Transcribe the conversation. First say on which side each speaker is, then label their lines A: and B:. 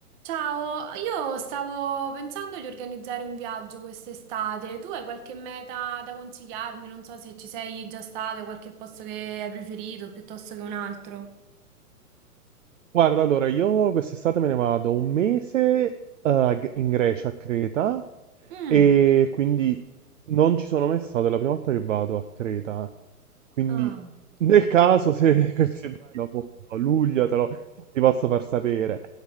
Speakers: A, on the right; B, on the right.
A: Ciao, io stavo pensando di organizzare un viaggio quest'estate. Tu hai qualche meta da consigliarmi? Non so se ci sei già stato, hai qualche posto che hai preferito piuttosto che un altro.
B: Guarda, allora, io quest'estate me ne vado un mese, eh, g- in Grecia, a Creta,
A: Mm.
B: e quindi non ci sono mai stato, è la prima volta che vado a Creta. Quindi,
A: Ah.
B: nel caso, se, <laughs> se vai dopo luglio, te lo, ti posso far sapere.